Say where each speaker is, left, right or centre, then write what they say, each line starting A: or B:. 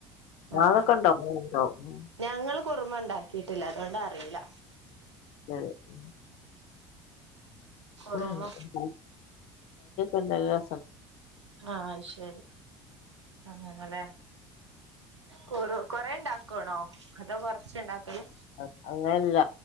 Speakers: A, on the right (about 80°); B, on the left (about 50°).
A: ആ
B: അതൊക്കെ
A: അ
B: ഉണ്ടാവും ഉണ്ടാവും ഉം.
A: ഞങ്ങൾ കുറുമ ഉണ്ടാക്കിയിട്ടില്ല അതൊണ്ട് അറില.
B: <unintelligible>
A: കുറുമ
B: ആ ഉ <unintelligible> ഇണ്ടാവ
A: ആ അഹ് ശരി അങ്ങനല്ലേ. കുറു കൊറേ ഉണ്ടാക്കണോ അതോ കൊറച്ചേയുണ്ടാക്കല്
B: അ അങ്ങന്ല്ല.